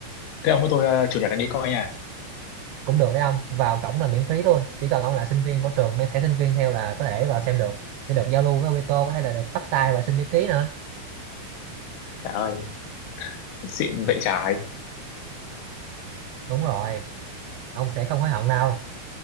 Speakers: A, on the left; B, on the right.
A: thế ông với tôi ờ, chủ nhật anh đi coi nha
B: cũng được đấy ông vào cổng là miễn phí luôn chỉ cần ông là sinh viên của trường mang thẻ sinh viên theo là có thể vào xem được để được giao lưu với Obito có thể là được bắt tay và xin chữ ký nữa
A: trời ơi xịn vậy trái
B: đúng rồi ông sẽ không hối hận đâu